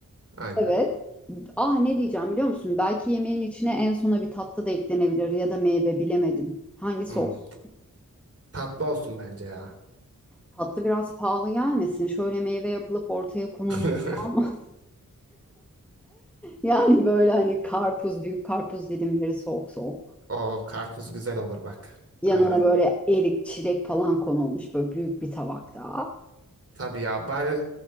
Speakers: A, on the right; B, in the centre.
A: Aynen.
B: Evet. Ah ne diyeceğim biliyor musun? Belki yemeğin içine en sona bir tatlı da eklenebilir ya da meyve bilemedim. Hangisi
A: Hmm.
B: olsun?
A: Tatlı olsun bence ya.
B: Tatlı biraz pahalı gelmesin. Şöyle meyve yapılıp ortaya konulmuş.
A: <laughs>
B: <laughs> Yani böyle hani karpuz, büyük karpuz dilimleri soğuk soğuk.
A: O karpuz güzel olur bak.
B: Yanına
A: Aynen.
B: böyle erik, çilek falan konulmuş böyle büyük bir tabakta.
A: Tabii ya bari